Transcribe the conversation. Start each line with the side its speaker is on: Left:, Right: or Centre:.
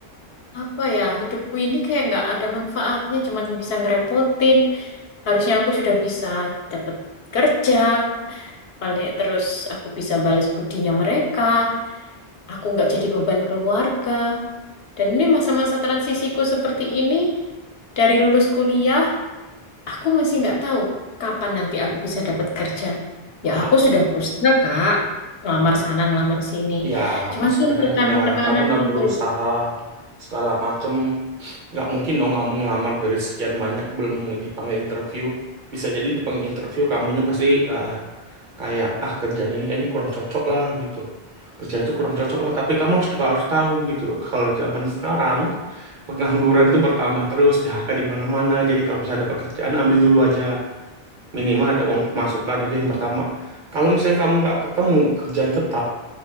Left: apa ya hidupku ini kayak nggak ada manfaatnya cuman bisa ngerepotin harusnya aku sudah bisa dapat kerja paling terus aku bisa balas budinya mereka aku nggak jadi beban keluarga dan ini masa-masa transisiku seperti ini dari lulus kuliah aku masih nggak tahu kapan nanti aku bisa dapat kerja ya
Right: Nah,
Left: aku sudah berusaha kak ngelamar sana ngelamar sini
Right: ya
Left: cuman
Right: maksudnya
Left: kan
Right: kan
Left: tekanan-tekanan
Right: udah kamu udah
Left: itu
Right: berusaha segala macem. Nggak mungkin dong kamu ngelamar dari sekian banyak belum dipanggil interview. Bisa jadi dipanggil interview kamunya pasti eh, kayak ah kerjaan ini kayaknya kurang cocok lah gitu kerja itu kurang cocok lah tapi kamu harus juga harus tahu gitu kalau zaman sekarang pengangguran itu bertambah terus, PHK di mana-mana. Jadi kalau misalnya dapat kerjaan, ambil dulu aja. Minimal ada uang pemasukan itu yang pertama. Kalau misalnya kamu nggak ketemu kerjaan tetap,